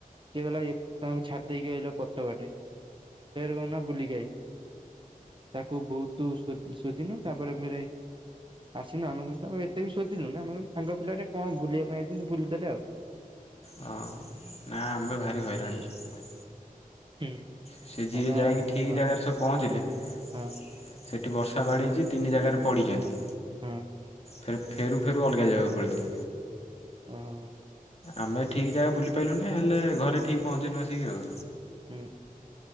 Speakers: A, on the right (about 35°); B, on the left (about 45°).
A: ସିଏ କହିଲା ଏ ତମକୁ ଛାଡି ଦେଇକି ଆଇଲ ପଛ ବାଟେ ଫେରେ କଣ କନା ବୁଲିକି ଆଇନୁ। ତାକୁ ବହୁତୁ ଶୋଦ ଶୋଦିନୁ ତାପରେ ଫେରେ। ଆସିନୁ ଆମେ ତାକୁ ଏତେ ବି ସୋଦିନୁ ନା ଆମେ କହିନୁ ସାଙ୍ଗ ପିଲାଟେ କଣ ବୁଲିବା ପାଇଁ ଆଇଛନ୍ତି ବୁଲିଦେଲେ ଆଉ।
B: ହଁ। ନା ଆମେ ଭାରି ହଇରାଣ ହେଇଚୁ।
A: ହୁଁ।
B: ସେ ଯିଏ
A: ଆମେ
B: ଯାଇକି
A: ହଇରାଣ
B: ଠିକ୍
A: ହଁ
B: ଜାଗାରେ ସବ ପହଞ୍ଚିଲେ
A: ହଁ
B: ସେଠି ବର୍ଷା ବାଡେଇଛି ତିନି ଜାଗାରେ ପଡ଼ିଛନ୍ତି।
A: ହୁଁ।
B: ଫେର ଫେରୁ ଫେରୁ ଅଲଗା ଜାଗା କୁ ପଳେଇଲି।
A: ହଁ।
B: ଆମେ ଠିକ ଜାଗା ବୁଲିପାଇଲୁନି ହେଲେ ଘରେ ଠିକ୍ ପହଞ୍ଚିନୁ ଆସିକି ଆଉ।
A: ହୁଁଁ।